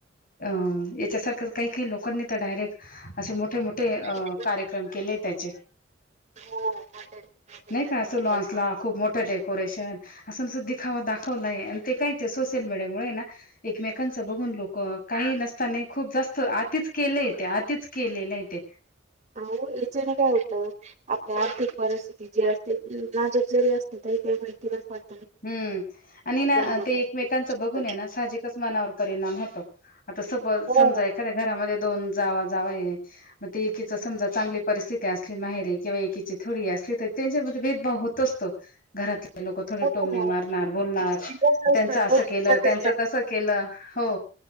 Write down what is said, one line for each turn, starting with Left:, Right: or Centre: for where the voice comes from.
Left: अ अ याच्यासारखं काही काही लोकांनी तर डायरेक्ट अ शे मोठ - मोठे मोठे
Right: नाही.
Left: कार्यक्रम केले त्याचे
Right: हो हॉटेल्स मध्ये
Left: नाही
Right: काहीतरी
Left: का असं लॉन्सला खूप मोठ डेकोरेशन असं दिखावा दाख हो नाही आणि ते कांहीच सोसल मीडिया मुळे ना एकमेकांच बघून लोक काही नस त्यांनी खूप जास्त आतिच केलेय तेे आतिच केलेलय ते
Right: आहो याच्या न काय होत आपल्या आर्थिक परिस्थिती जी असते नाजूक जरी असते तरी काही <unintelligible>
Left: हम्म आणि ना
Right: लागतं.
Left: ते एकमेकांच बघून है ना साहजिकच मनावर परिणाम होतो, आता सपोज
Right: हो
Left: समजा एकाद्या घरांमध्ये दोन जावा जावाई आहे मग, एकीच समजा चांगली परिस्थिती असली माहेरी किंवा एकीची थोडी असली तर, त्यांच्यामध्ये भेदभाव होत असतो घरातील लोकं
Right: हो
Left: टोमणे
Right: ना
Left: मारणार, बोलणार,
Right: बिकॉज असतात
Left: त्यांच असं
Right: दोघी
Left: केलं
Right: प्रकारच्या
Left: त्यांच तसं केलं हो